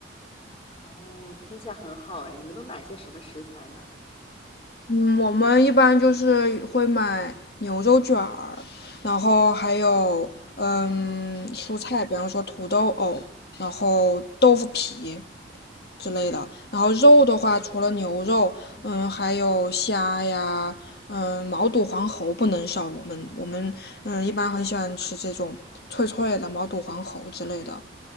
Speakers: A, on the left; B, on the left.
A: 哦，听起来很好哎，你们都买些什么食材呢？
B: 嗯，我们一般就是会买牛肉卷儿，然后还有嗯蔬菜，比方说土豆藕，然后豆腐皮之类的。然后肉的话，除了牛肉，嗯，还有虾呀，嗯，毛肚、黄喉不能少。我们我们嗯一般很喜欢吃这种脆脆的毛肚、黄喉之类的。